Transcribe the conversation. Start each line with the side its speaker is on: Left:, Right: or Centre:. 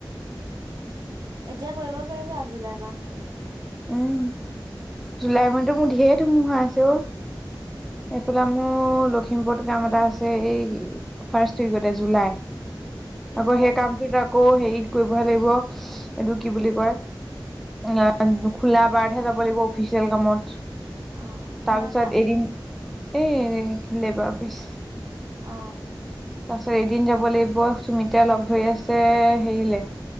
Right: এতিয়া কৰিব পাৰিবা জুলাই মাহটো?
Centre: উম, জুলাই মাহতো মোৰ ঢেৰ ধুমুহা আছে অ'। এইফালে মোৰ মোৰ লখিমপুৰত কাম এটা আছে, এই ফাৰ্ষ্ট উইকতে জুলাই
Right: কিহৰ
Centre: আকৌ সেই কামটো যাক আকৌ হেৰি কৰিবহে লাগিব এইটো কি বুলি কয় এ খোলা বাৰহে যাব লাগিব অফিচিয়েল কামত
Right: অ' কিহৰ
Centre: তাৰপিছত
Right: কাম?
Centre: এদিন এ লেবাৰ অফিচ
Right: অ
Centre: তাৰপিছত এদিন যাব লাগিব সুমিতা লগ ধৰি আছে হেৰিলে